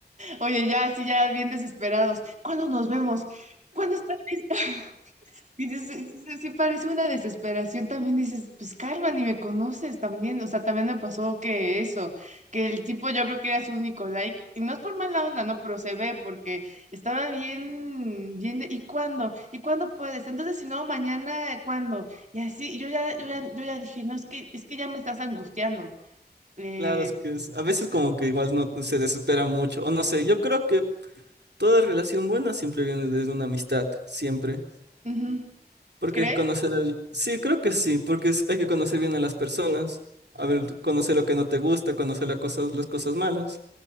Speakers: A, on the right (about 45°); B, on the right (about 80°).
A: Oye, ya, sí, ya bien desesperados. ¿Cuándo nos vemos? ¿Cuándo estás lista? <laughs> Y dices, sí, sí, sí, parece una desesperación, también dices, pues calma, ni me conoces también, o sea, también me pasó que eso, que el tipo yo creo que era su único like, y no es por mala onda, no, pero se ve porque estaba bien, bien, de, ¿y cuándo? ¿Y cuándo puedes? Entonces, si no, mañana, ¿cuándo? Y así, y yo ya, yo ya, yo ya dije, no, es que, es que ya me estás angustiando. Eh,
B: Claro, es que es- a veces como que igual no se desespera mucho, o no sé, yo creo que toda relación buena siempre viene desde una amistad, siempre.
A: ujú,
B: Porque
A: ¿Crees?
B: hay que conocer a Sí, creo que sí, porque es- hay que conocer bien a las personas. A ver, conocer lo que no te gusta, conocer las cosas, las cosas malas.